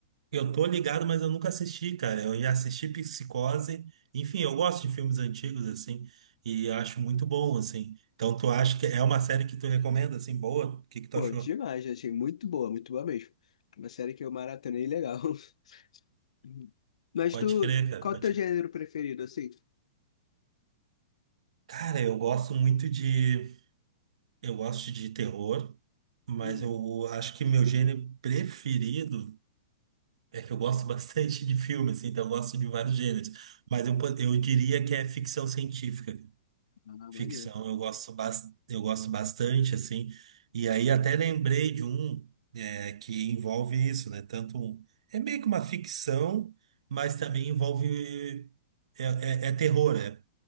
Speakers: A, on the right; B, on the left.
A: eu tô ligado, mas eu nunca assisti, cara. Eu já assisti Psicose. Enfim, eu gosto de filmes antigos, assim, e acho muito bom, assim. Então tu acha que é uma série que tu recomenda, assim, boa? O que que tu
B: Pô,
A: achou?
B: demais, achei muito boa, muito boa mesmo. Uma série que eu maratonei legal. <laughs> Uhum. Mas
A: Pode
B: tu,
A: crer, cara.
B: qual
A: Pode...
B: o teu gênero preferido, assim?
A: Cara, eu gosto muito de. Eu gosto de terror, mas
B: Uhum.
A: eu acho que meu gênero preferido é que eu gosto <laughs> bastante de filmes, assim, então eu gosto de vários gêneros. Mas eu, po- eu diria que é ficção científica.
B: Ah,
A: Ficção
B: maneiro.
A: eu gosto, bas- eu gosto bastante, assim. E aí até lembrei de um é, que envolve isso, né? Tanto um- é meio que uma ficção, mas também envolve é, é, é terror. é